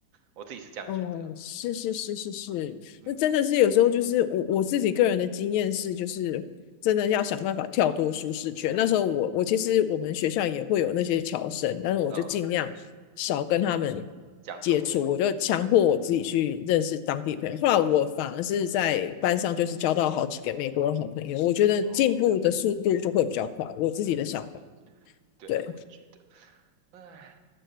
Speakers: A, on the right; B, on the left.
A: 我自己是这样觉得。
B: 哦，是是是是是，
A: 嗯
B: 那真的是有时候就是我我自己个人的经验是，就是真的要想办法跳脱舒适圈。那时候我我其实我们学校也会有那些侨生，但是我就尽量少跟他们
A: 嗯，讲中文
B: 接触，我就强迫我自己去认识当地朋友。后来我反而是在班上就是交到好几个美国的好朋友，我觉得进步的速度就会比较快，
A: 哦，
B: 我自己的想法。
A: 嗯嗯嗯，对，
B: 对，
A: 我也觉得，唉。